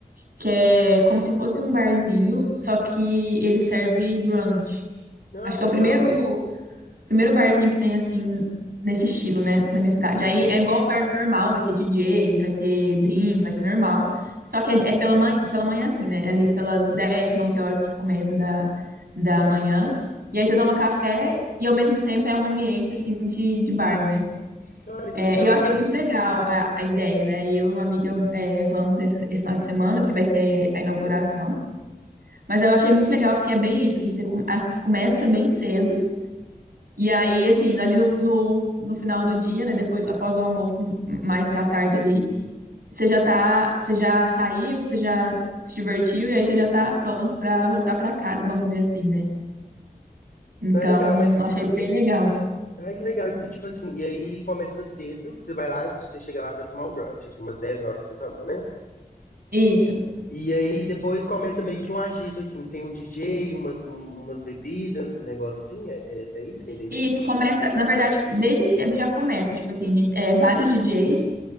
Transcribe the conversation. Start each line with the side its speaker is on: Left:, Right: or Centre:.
Right: que é como se fosse um barzinho, só que ele serve brunch.
Left: Ah,
Right: Acho que
Left: que
Right: é
Left: legal.
Right: o primeiro, primeiro barzinho que tem assim, nesse estilo, né, na minha cidade.
Left: Uhum.
Right: Aí é igual um bar normal, vai ter DJ, vai ter drink, vai ter normal. Só que é, é pela manhã, pela manhã assim, né? Ali pelas 10 11 horas que começa da, da manhã. E aí você toma café e ao mesmo tempo é um ambiente assim de, de bar, né?
Left: Olha, que
Right: É,
Left: legal.
Right: e eu achei muito legal a, a ideia, né? E eu e uma amiga é, vamos essa- esse final de semana, porque vai ser a inauguração. Mas eu achei muito legal porque é bem isso, assim, você, com- a- você começa bem cedo e aí, assim, ali no, no, no final do dia, né? Depois, após o almoço, no- mais pra tarde ali, você já tá, você já saiu, você já se divertiu e aí você já tá pronto pra voltar pra casa, vamos dizer assim, né? Então,
Left: Não é legal, mas
Right: eu achei bem legal.
Left: Ai, que legal. E tipo assim, e aí começa cedo, você vai lá, você chega lá pra tomar o brunch, assim, umas 10 horas que você falou, né?
Right: Isso.
Left: E aí depois começa meio que um agito, assim, tem um DJ, umas, um- umas bebidas, um negócio assim, é, é, é isso que eu entendi?
Right: Isso começa, na verdade, desde cedo já começa. Tipo assim, a gente, é, vários DJs,